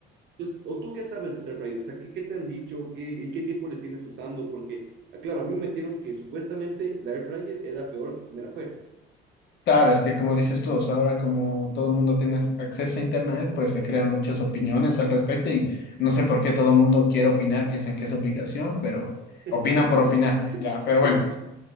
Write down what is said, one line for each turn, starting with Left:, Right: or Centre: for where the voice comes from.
Right: Entonces, ¿o tú qué sabes de este air fryer? O sea, ¿qué, qué te han dicho? ¿Qué, ¿Y qué tiempo le tienes usando? Porque, ah, claro, a mí me metieron que supuestamente la air fryer era peor que comer afuera.
Left: claro, es que como dices tú, o sea, ahora como todo el mundo tiene acceso a Internet, pues se crean muchas
Right: <laughs>
Left: opiniones al respecto y no sé por qué todo el mundo quiere opinar, piensan que es obligación, pero
Right: Literal.
Left: opina por opinar, ya, pero bueno.
Right: <laughs>